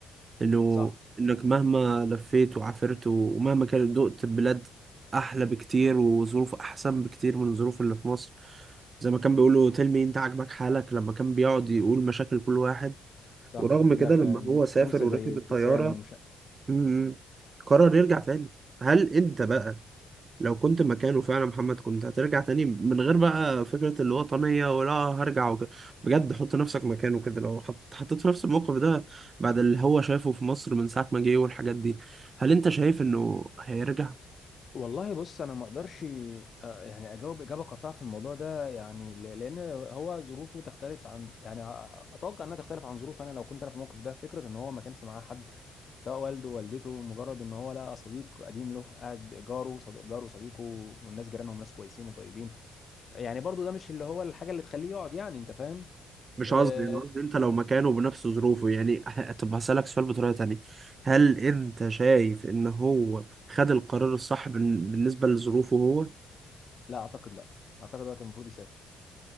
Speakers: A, on the right; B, on the left.
A: إنه
B: صح
A: إنك مهما لفيت وعافرت ومهما كان دقت بلاد أحلى بكتير وظروف أحسن بكتير من الظروف اللي في مصر زي ما كان بيقولوا تلمي أنت عاجبك حالك لما كان بيقعد يقول مشاكل كل واحد
B: صح
A: ورغم
B: بقول
A: كده
B: لك
A: لما
B: آه،
A: هو سافر
B: نوسه
A: وركب
B: زي ابتسام
A: الطيارة
B: ومش
A: مم. قرر يرجع تاني هل انت بقى لو كنت مكانه فعلا محمد كنت هترجع تاني من غير بقى فكرة الوطنية ولا هرجع وكده بجد حط نفسك مكانه كده لو حط- حطيت في نفس الموقف ده بعد اللي هو شايفه في مصر من ساعة ما جه والحاجات دي هل انت شايف انه هيرجع؟
B: والله بص انا ما اقدرش آه، يعني اجاوب اجابه قاطعه في الموضوع ده يعني ل- لان هو ظروفه تختلف عن يعني اتوقع انها تختلف عن ظروف انا لو كنت انا في الموقف ده فكره ان هو ما كانش معاه حد سواء والده والدته مجرد ان هو لقى صديق قديم له قاعد جاره صديق جاره صديقه والناس جيرانهم ناس كويسين وطيبين يعني برضو ده مش اللي هو الحاجه اللي تخليه يقعد يعني انت فاهم
A: مش
B: آه
A: قصدي انا قصدي انت لو مكانه بنفس ظروفه يعني ه- طب هسألك سؤال بطريقة تانية هل انت شايف ان هو خد القرار الصح بال- بالنسبة لظروفه هو؟
B: لا اعتقد لا اعتقد هو كان المفروض يسافر